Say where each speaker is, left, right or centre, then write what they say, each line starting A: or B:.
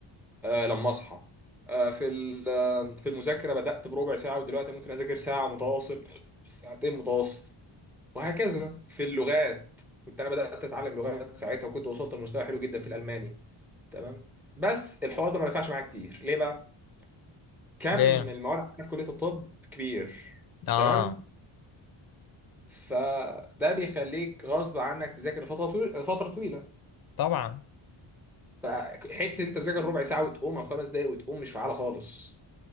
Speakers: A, in the centre; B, on the left.
A: آه، لما اصحى آه، في ال- آه، في المذاكره بدات بربع ساعه ودلوقتي ممكن اذاكر ساعه متواصل ساعتين متواصل وهكذا في اللغات كنت انا بدات اتعلم لغات ساعتها وكنت وصلت لمستوى حلو جدا في الالماني تمام بس الحوار ده ما نفعش معايا كتير ليه بقى كم
B: ليه
A: المواد عندنا في كلية الطب كبير
B: اه
A: تمام فده بيخليك غصب عنك تذاكر لفترة طويلة فترة طويلة
B: طبعا
A: فحتة انت تذاكر ربع ساعة وتقوم او خمس دقايق وتقوم مش فعالة خالص